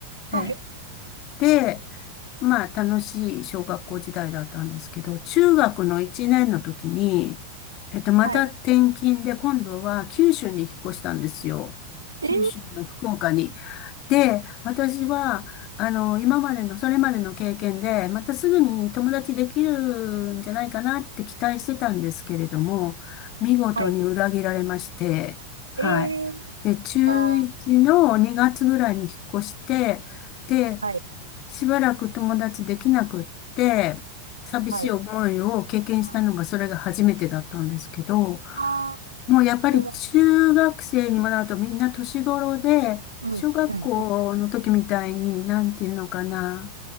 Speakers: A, on the left; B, on the right.
A: え
B: はい。
A: えまあ、楽しい小学校時代だったんですけど、中学の1年の時に、えっと、また転勤で、
B: はい
A: 今度は九州に引っ越したんですよ。
B: ええ
A: 九州の福岡に。で、私は、あの、今までの、それまでの経験で、またすぐに友達できるんじゃないかなって期待してたんですけれども、見事に裏切られまして、
B: はい。
A: はい。
B: ええ
A: で、中1の2月ぐらいに引っ越して、
B: か。
A: で、
B: はい、
A: しばらく友達できなくって、寂しい思いを経験したのがそれが初めてだったんですけど、
B: はい。あーあー、
A: もうやっぱり中学生にもなるとみんな年頃で、
B: あは、うん、
A: 小学校の時みたいに、
B: うん、うん。
A: なんていうのかな、